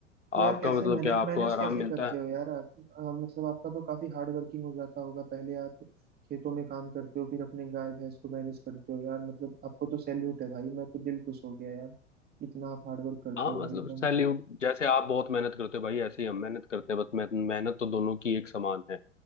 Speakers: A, on the right; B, on the left.
A: तो यार
B: आपका
A: कैसे
B: मतलब
A: मैनेज
B: क्या आपको
A: मैनेज
B: आराम
A: कैसे
B: मिलता
A: करते
B: है
A: हो यार आप आ, मतलब आपका तो काफी हार्ड वर्किंग हो जाता होगा पहले आप खेतों में काम करते हो फिर अपने गाय भैंस को मैनेज करते हो यार मतलब आपको तो सैल्यूट है भाई मैं तो दिल खुश हो गया यार इतना आप हार्ड वर्क करते
B: हाँ
A: हो भाई
B: मतलब
A: एकदम
B: सैल्यूट जैसे आप बहुत मेहनत करते हो भाई ऐसे ही हम मेहनत करते हैं बस मेहनत मेहनत तो दोनों की एक समान है